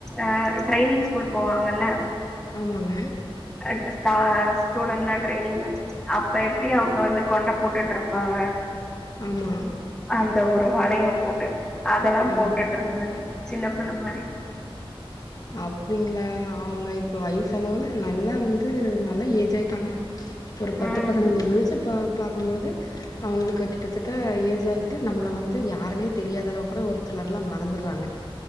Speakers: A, in the centre; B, on the left.
A: அ ட்ரைனிங் ஸ்கூல் போவாங்கல்ல
B: ஆமாங்க
A: அந் சா ஸ்டூடன்ட் லா ட்ரைனிங் அப்ப எப்டி அவுங்க வந்து கொண்ட போட்டுட்ருப்பாங்க
B: ஆமா
A: அந்த ஒரு வளையம் போட்டு அதெல்லா
B: ஆம்
A: போட்டுட்ருந்தாங்க சின்ன புள்ள மாரி
B: அப்டிங்ளா அவுங்க இப்ப வயுசளவுல நல்லா வந்து நல்லா ஏஜ் ஆயிட்டாங்க ஒரு பத்து
A: ம்
B: பதனஞ்சங் கழிச்சு பா பாக்குபொழுது அவுங்ளுக்கு கிட்டத்தட்ட ஏஜ் ஆயிட்டு நம்மள வந்து யாருனே தெரியாத அளவுக் கூட ஒருத்ரு எல்லா மறந்துர்றாங்க